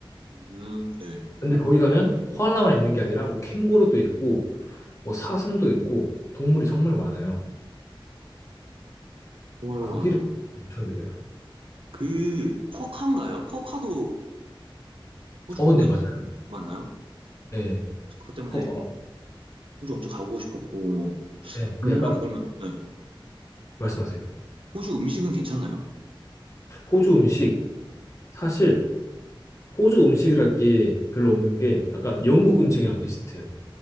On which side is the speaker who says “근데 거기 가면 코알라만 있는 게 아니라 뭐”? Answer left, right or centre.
Left